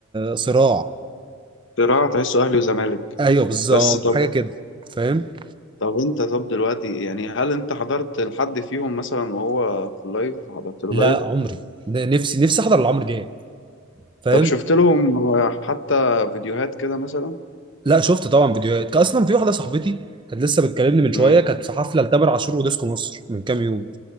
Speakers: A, on the right (about 25°); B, on the left (about 60°).
A: صراع
B: صراع تحسه اهلي وزمالك
A: ايوه بالظبط
B: بس طب
A: حاجه كده فاهم
B: طب انت طب دلوقتي يعني هل انت حضرت لحد فيهم مثلا وهو في اللايف حضرت له
A: لا
B: لايف
A: عمري ده نفسي نفسي احضر لعمرو دياب فاهم
B: طب شفت لهم حتى فيديوهات كده مثلا
A: لا شفت طبعا فيديوهات كان اصلا في واحده صاحبتي كانت لسه بتكلمني من شويه
B: امم
A: كانت في حفله لتامر عاشور وديسكو مصر من كام يوم